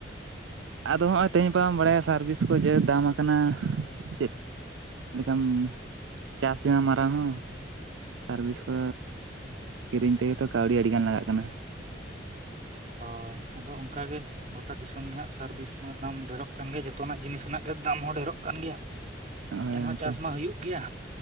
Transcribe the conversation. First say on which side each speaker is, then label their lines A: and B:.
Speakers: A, on the right; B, on the right.
A: ᱟᱫᱚ ᱦᱚᱸᱜᱼᱚᱭ ᱛᱮᱦᱮᱧ ᱜᱟᱯᱟᱢ ᱵᱟᱲᱟᱭᱟ ᱥᱟᱨᱵᱷᱤᱥ ᱠᱚ ᱡᱮ ᱫᱟᱢ ᱠᱟᱱᱟ, ᱪᱮᱫ ᱞᱮᱠᱟᱢ ᱪᱟᱥ ᱡᱮ ᱢᱟᱨᱟᱝ ᱦᱚᱸ᱾ ᱥᱟᱨᱵᱷᱤᱥ ᱠᱚ ᱠᱤᱨᱤᱧ ᱛᱮᱜᱮ ᱛᱚ ᱠᱟᱹᱣᱰᱤ ᱟᱹᱰᱤᱜᱟᱱ ᱞᱟᱜᱟᱜ ᱠᱟᱱᱟ᱾
B: ᱦᱳᱭ ᱟᱫᱚ ᱚᱱᱠᱟ ᱜᱮ ᱜᱚᱴᱟ ᱫᱤᱥᱚᱢ ᱜᱮ ᱦᱟᱸᱜ ᱥᱟᱨᱵᱷᱤᱥ ᱢᱟ ᱫᱟᱢ ᱰᱷᱮᱨᱚᱜ ᱠᱟᱱ ᱜᱮᱭᱟ ᱡᱚᱛᱚᱱᱟᱜ ᱡᱤᱱᱤᱥ ᱨᱮᱱᱟᱜ ᱜᱮ ᱫᱟᱢ ᱦᱚᱸ ᱰᱷᱮᱨᱚᱜ ᱠᱟᱱ ᱜᱮᱭᱟ᱾
A: ᱦᱳᱭ
B: ᱮᱱᱦᱚᱸ
A: ᱜᱚᱝᱠᱮ
B: ᱪᱟᱥ ᱢᱟ ᱦᱩᱭᱩᱜ ᱜᱮᱭᱟ